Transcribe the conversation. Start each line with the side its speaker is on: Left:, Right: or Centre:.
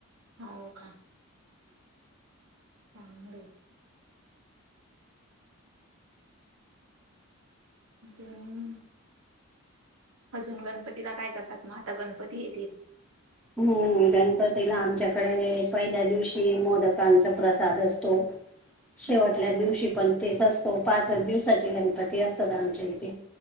Right: हो का चांगलंय. अजून अजून गणपतीला काय करतात मग? आता गणपती येतील.
Centre: हम्म गणपतीला आमच्याकडे पहिल्या दिवशी मोदकांचा प्रसाद असतो. <inaudible> शेवटल्या
Right: हम्म, हम्म.
Centre: दिवशी पण तेच असतो पाचच दिवसाचे गणपती असतात आमच्या इथे.